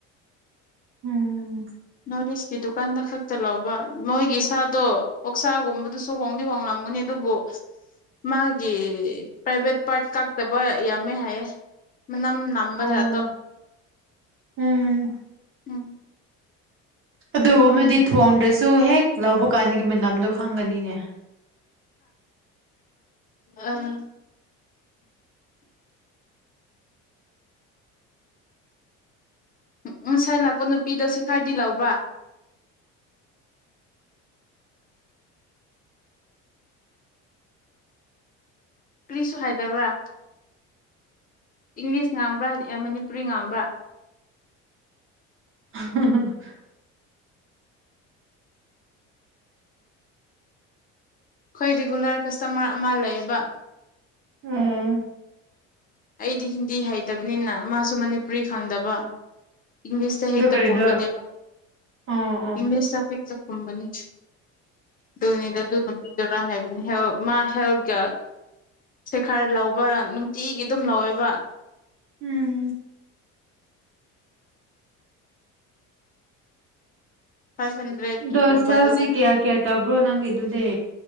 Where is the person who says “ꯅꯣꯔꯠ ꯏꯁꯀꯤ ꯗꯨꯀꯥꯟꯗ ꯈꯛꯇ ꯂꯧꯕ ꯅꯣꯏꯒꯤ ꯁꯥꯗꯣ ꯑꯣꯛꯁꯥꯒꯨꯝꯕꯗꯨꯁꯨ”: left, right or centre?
Left